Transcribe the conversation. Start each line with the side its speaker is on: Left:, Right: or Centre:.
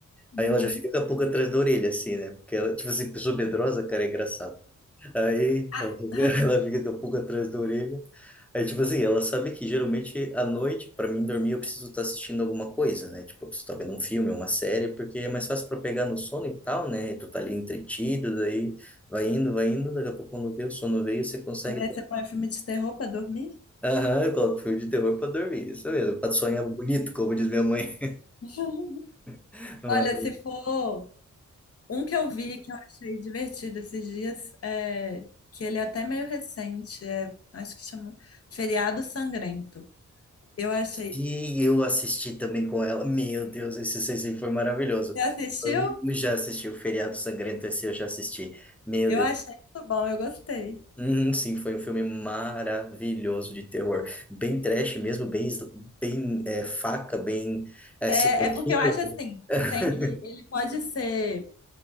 Left: Uhum.
Centre: Aí ela já fica com a pulga atrás da orelha, assim, né? Porque ela, tipo assim, pessoa medrosa, cara, é engraçado. Aí
Left: Ah,
Centre: ela fica,
Left: <laughs>
Centre: <laughs> ela fica com a pulga atrás da orelha. Aí, tipo assim, ela sabe que geralmente à noite, para mim dormir, eu preciso estar assistindo alguma coisa, né? Tipo, eu preciso estar vendo um filme, uma série, porque é mais fácil para pegar no sono e tal, né? E tu tá ali entretido, daí vai indo, vai indo, daqui a pouco quando vê o sono veio, você consegue.
Left: mas aí você põe filme de terror pra dormir?
Centre: Aham, eu coloco filme de terror para dormir, isso mesmo, para sonhar bonito, como diz minha mãe.
Left: <laughs>
Centre: <laughs>
Left: Olha, se for um que eu vi que eu achei divertido esses dias, é, que ele é até meio recente, é, acho que chama Feriado Sangrento. Eu achei.
Centre: E eu assisti também com ela. Meu Deus, esse Sensei foi maravilhoso.
Left: Você assistiu?
Centre: Eu já assisti o Feriado Sangrento, esse eu já assisti. Meu
Left: Eu
Centre: Deus.
Left: achei muito bom, eu gostei.
Centre: Uhum, sim, foi um filme maravilhoso de terror. Bem trash mesmo, bem, sl- bem é, faca, bem é,
Left: É,
Centre: serial
Left: é porque
Centre: killer.
Left: eu acho assim,
Centre: <laughs>
Left: tem que, ele pode ser